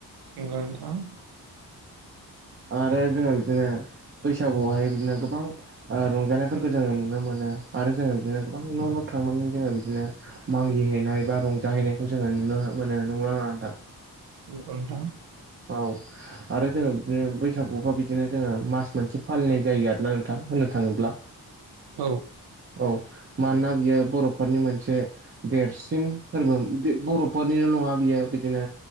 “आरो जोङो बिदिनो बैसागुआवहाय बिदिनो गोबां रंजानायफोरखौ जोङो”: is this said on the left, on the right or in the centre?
Right